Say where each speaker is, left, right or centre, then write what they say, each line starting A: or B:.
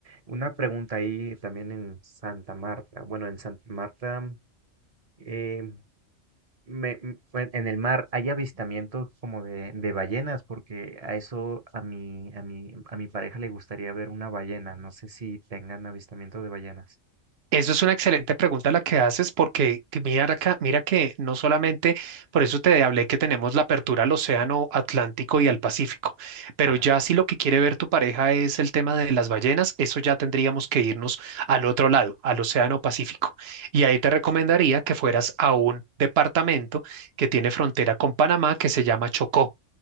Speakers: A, on the right; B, on the right.
A: una pregunta ahí también en Santa Marta. Bueno, en Santa Marta, eh, me- m- en en el mar hay avistamientos como de, de ballenas, porque a eso a mi, a mi, a mi pareja le gustaría ver una ballena. No sé si tengan avistamiento de ballenas.
B: Eso es una excelente pregunta la que haces porque que mira acá, mira que no solamente, por eso te hablé que tenemos la apertura al Océano Atlántico y al Pacífico, pero
A: Ajá.
B: ya si lo que quiere ver tu pareja es el tema de las ballenas, eso ya tendríamos que irnos al otro lado, al Océano Pacífico. Y ahí te recomendaría que fueras a un departamento que tiene frontera con Panamá que se llama Chocó.